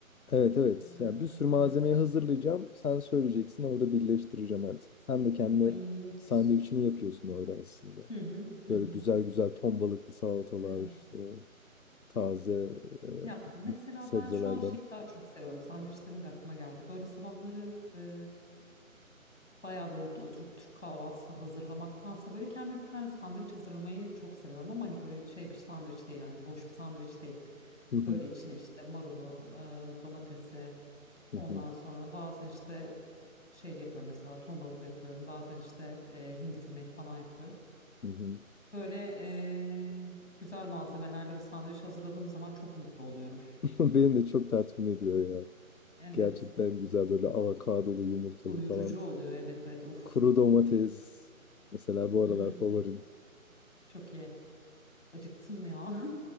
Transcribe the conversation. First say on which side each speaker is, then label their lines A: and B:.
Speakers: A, on the left; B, on the left.
A: Evet evet.
B: Ee,
A: Yani bir sürü malzemeyi
B: evet.
A: hazırlayacağım. Sen söyleyeceksin, orada birleştireceğim artık. Sen de kendi
B: Ay müthiş.
A: sandviçini yapıyorsun orada aslında.
B: Hı hı hı
A: Böyle
B: hı.
A: güzel güzel ton balıklı salatalar
B: Evet.
A: işte taze e,
B: Ya mesela
A: sebzelerden.
B: ben şu an şeyi daha çok seviyorum. Sandviçlerin de aklıma geldi. Böyle sabahları e, bayağı böyle oturup Türk kahvaltısı hazırlamaktansa böyle kendime bir tane sandviç hazırlamayı çok seviyorum. Ama hani böyle şey bir sandviç değil yani boş bir sandviç değil.
A: <laughs> Hı hı,
B: Böyle içine işte marulu, e, domatesi.
A: hı
B: Ondan
A: hı,
B: sonra bazen işte şey de yapıyorum mesela ton balıklı yapıyorum. Bazen işte e, hindi fümeli falan yapıyorum.
A: hı hı.
B: Böyle e, güzel malzemelerle bir sandviç hazırladığım zaman çok mutlu oluyorum.
A: <laughs> Beni de çok tatmin ediyor ya.
B: Evet.
A: Gerçekten güzel böyle avokadolu yumurtalı
B: Doyurucu
A: falan.
B: oluyor. Evet evet. Uf.
A: Kuru domates. Mesela bu
B: Hmm,
A: aralar favorim.
B: çok iyi. Acıktım ya.